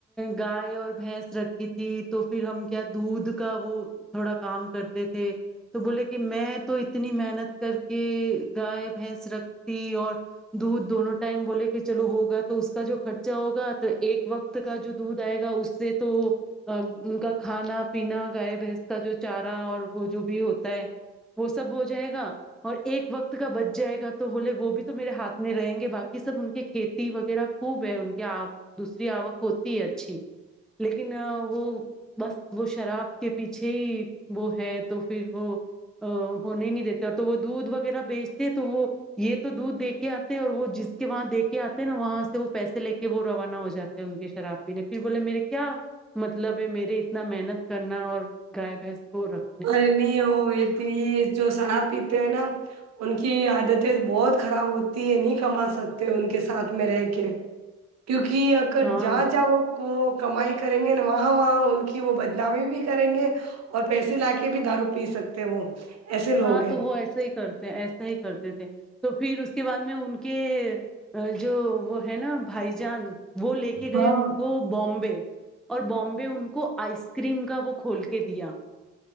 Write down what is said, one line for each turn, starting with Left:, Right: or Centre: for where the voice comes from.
Centre: گائے اور بھینس رکھی تھی تو پھر ہم کیا دودھ کا وہ تھوڑا کام کرتے تھے تو بولے کہ میں تو اتنی محنت کر کے گائے بھینس رکھتی اور دودھ دونوں ٹائم بولے کہ چلو ہوگا تو اس کا جو خرچہ ہوگا تو ایک وقت کا جو دودھ آئے گا اس سے تو ان کا کھانا پینا گائے بھینس کا جو چارہ اور وہ جو بھی ہوتا ہے وہ سب ہو جائے گا اور ایک وقت کا بچ جائے گا تو تو بولے وہ بھی تو میرے ہاتھ میں رہیں گے باقی سب ان کے کھیتی وغیرہ خوب ہے ان کے آ دوسری آوک ہوتی ہے اچھی لیکن وہ بس وہ شراب کے پیچھے ہی وہ ہے تو پھر وہ آ ہونے نہیں دیتے اور تو وہ دودھ وغیرہ بیچتے تو وہ یہ تو دودھ دے کے آتے اور وہ جس کے وہاں دے کے آتے ہیں نا وہاں سے وہ پیسے لے کے وہ روانہ ہو جاتے ان کے شراب پینے پھر بولے میرے کیا مطلب ہے میرے اتنا محنت کرنا اور گائے بھینس کو رکھ
Right: ارے نہیں ہوتی یہ جو شراب پیتے ہیں نا ان کی عادتیں بہت خراب ہوتی ہے نہیں کما سکتے ان کے ساتھ میں رہ کے کیونکہ اگر
Centre: ہاں
Right: جا جاؤ کو کمائی کریں گے وہاں وہاں ان کی وہ بدنامی بھی کریں گے اور پیسے لا کے کے بھی دارو پی سکتے ہیں وہ ایسے لوگ
Centre: ہاں
Right: ہیں
Centre: تو وہ ایسا ہی کرتے ہیں ایسا ہی کرتے تھے تو پھر اس کے بعد میں ان کے جو وہ ہے نا بھائی جان وہ لے کے گئے
Right: ہاں
Centre: ان کو بامبے اور بامبے ان کو آئس کریم کا وہ کھول کے دیا